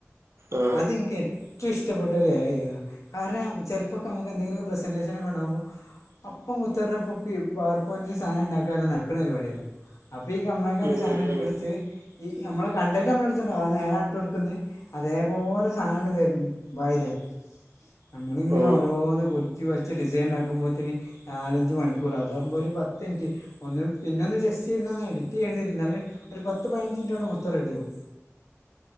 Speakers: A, on the right (about 60°); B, on the left (about 85°).
A: ആ
B: അത് ഇൻകെ ഇച്ച് ഇഷ്ടപ്പെട്ട ഒരു കാര്യതാണ് കാരണം ചിലപ്പോൊക്ക നമുക്ക് എന്തെങ്കിലുമൊെ പ്രെസന്റേഷന ഒക്കെണ്ടാവുബോ- അപ്പം മുദ്യ കോപ്പി പവർ പോയിന്റിൽ സാധനം ഉണ്ടാക്കാന്‌ നടക്കുന്ന പരിാടിയല്ല. പ്പ ഈ അമ്മക്കാണ്
A: ഉം
B: സാധനം
A: ഉം
B: ഇട്ടടുത്ത്
A: ഉം
B: ഈ നമ്മൾ കണ്ടന്റ് നമ്മള എടുത്തുണ്ടാവക അത് നേരാണ് ഇട്ട് എടുക്കുന്ന് അതേപോലെ സാനണ്ട് തരും വയിലേ നമ്മളിങ്ങനെ
A: ഓ
B: ഓരോന്ന് കുത്തി വലിച്ച് ഡിസൈൻണ്ടാ ക്കുമ്പോത്തിന് നാലഞ്ച് മണിക്കൂർ അതാകുമ്പോ ഒരു പത്ത് മിനിറ്റ് ഒന്ന് പിന്നെ ഒന്ന് ജസ്റ്റ് ഇര്ന്നോന്ന് എഡിറ്റ്‌ ചെയ്യേണ്ടിയിരുന്നത് ഒരു പത്ത് പതിനഞ്ച് മിനിറ്റോടെ മൊത്തം റെഡി ആവും.